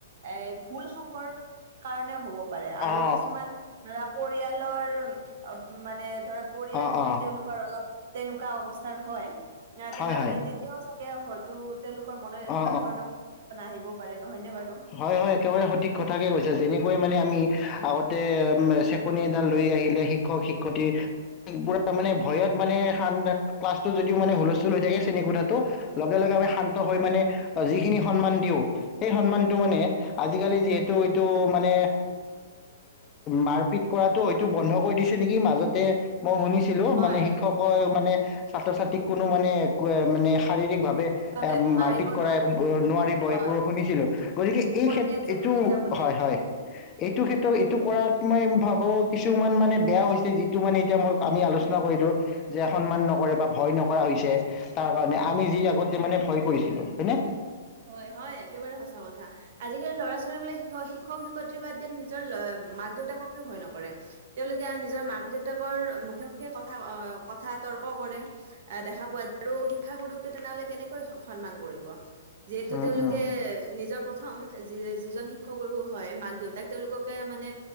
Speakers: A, on the right; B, on the left.
A: এ ভুল সংগৰ কাৰণে হ'ব পাৰে আৰু
B: অ
A: কিছুমান ধৰা পৰিয়ালৰ মানে ধৰা পৰিয়াল
B: অ
A: যদি
B: অ
A: তেওঁলোকৰ অলপ তেনেকুৱা অৱস্থাৰ হয়, আহ
B: হয়
A: তেনেহলে
B: হয়
A: তেতিয়াও হয়তো তেওঁলোকৰ মনত এনেকুৱা
B: অ
A: ধৰণৰ আহিব পাৰে। নহয়নে বাৰু?
B: হয়-হয় একেবাৰে সঠিক কথাকে কৈছা, যেনেকৈ মানে আমি আগতে চেকনি এডাল লৈ আহিলে শিক্ষক- শিক্ষয়িত্ৰী। পুৰা মানে ভয়ত মানে ক্লাছটো যদিও মানে হুলস্থুল হৈ থাকে, শ্ৰেণী কোঠাটো লগে লগে শান্ত হৈ মানে আমি যিখিনি সন্মান দিও, সেই সন্মান মানে আজিকালি যিহেতু এইটো মানে মাৰপিট কৰাটো হয়তো বন্ধ কৰি দিছে নেকি, মাজতে মই শুনিছো ছিলো
A: হয়
B: মানে শিক্ষক মানে ছাত্ৰ-ছাত্ৰীক কোনো মানে মানে শাৰীৰিক ভাৱে
A: হয়
B: এ
A: মাৰিব
B: মাৰপিত কৰা
A: নোৱাৰে
B: এইবোৰ নোৱাৰিব
A: হয়
B: সেইবোৰ শুনিছিলো। এই
A: কৰিলে
B: ক্ষেত্ৰত
A: জেললৈ
B: এইটো
A: যাব
B: হয়,
A: লাগিব
B: হয় এইটো ক্ষেত্ৰত
A: হয়।
B: এইটো কৰাত মই ভাবো কিছুমান মানে বেয়া হৈছে, যিটো মানে এতিয়া মই আমি আলোচনা কৰিলো যে সন্মান নক বা ভয় নকৰা হৈছে তাৰ কাৰণে, আমি যি আগতে মানে ভয় কৰিছিলো হয় নে।
A: হয়, হয় একেবাৰে সঁচা কথা। আজিকালি ল'ৰা- ছোৱালীবোৰে শিক্ষক-শিক্ষয়িত্ৰী বাদ দিয়া নিজৰ মাক-দেউতাককে ভয় নকৰে। তেওঁলোকে নিজৰ মাক-দেউতাকৰ মুখে-মুখে কথা কথা তৰ্ক কৰে, দেখা পোৱা যায় আৰু শিক্ষা গুৰুকো তেনেহলে কেনেকৈ সন্মান কৰিব। <unintelligible> যিহেতু
B: উম
A: তেওঁলোকে
B: উম
A: নিজৰ প্ৰথম যিজন শিক্ষ গুৰু হয় মাক দেউতাক, তেওঁলোককে মানে